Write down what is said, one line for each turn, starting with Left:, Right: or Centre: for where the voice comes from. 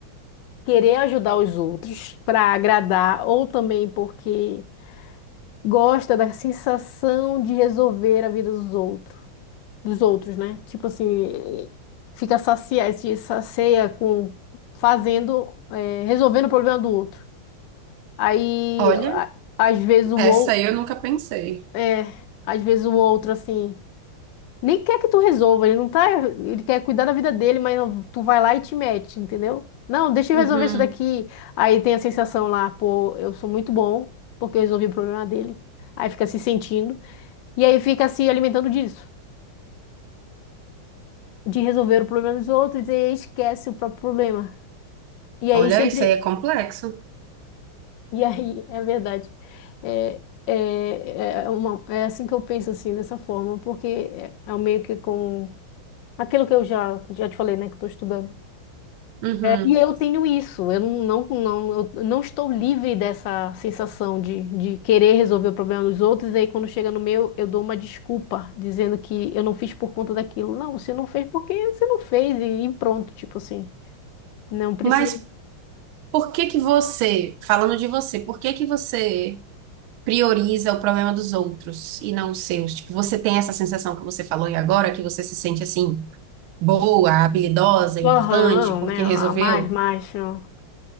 Left: querer ajudar os outros para agradar, ou também porque gosta da sensação de resolver a vida dos outros, dos outros, né? Tipo assim, fica saciado, se sacia com fazendo, é, resolvendo o problema do outro. Aí,
Right: Olha,
Left: a- às vezes o
Right: essa
Left: outro,
Right: aí eu nunca pensei.
Left: é, às vezes o outro assim. Nem quer que tu resolva, ele não tá. Ele quer cuidar da vida dele, mas não- tu vai lá e te mete, entendeu? Não, deixa
Right: Uhum.
Left: eu resolver isso daqui. Aí tem a sensação lá, pô, eu sou muito bom, porque eu resolvi o problema dele. Aí fica se sentindo. E aí fica se alimentando disso, de resolver o problema dos outros e esquece o próprio problema. E aí
Right: Olha,
Left: sempre.
Right: isso aí é complexo.
Left: E aí, <laughs> é verdade. É, é, é, uma- é assim que eu penso, assim, dessa forma, porque é, é meio que com. Aquilo que eu já, já te falei, né, que eu tô estudando.
Right: Uhum.
Left: E eu tenho isso, eu não, não, não, eu não estou livre dessa sensação de, de querer resolver o problema dos outros, e aí quando chega no meu, eu dou uma desculpa, dizendo que eu não fiz por conta daquilo. Não, você não fez porque você não fez, e, e pronto, tipo assim. Não precisa
Right: Mas
Left: de.
Right: por que que você, falando de você, por que que você prioriza o problema dos outros e não os seus? Tipo, você tem essa sensação que você falou aí agora, que você se sente assim, boa, habilidosa, importante,
Left: Aham,
Right: porque
Left: né?
Right: resolveu?
Left: ah, Mais, mais. ó.